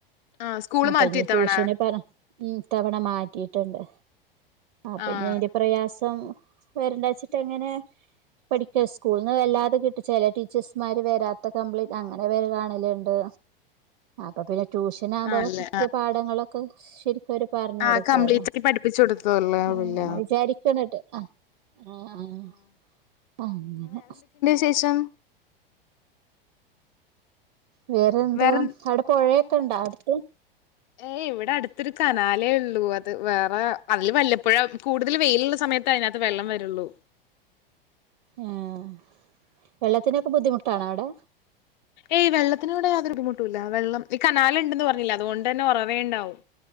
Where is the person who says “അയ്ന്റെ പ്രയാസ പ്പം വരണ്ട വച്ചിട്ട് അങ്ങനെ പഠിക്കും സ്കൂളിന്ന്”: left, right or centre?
Right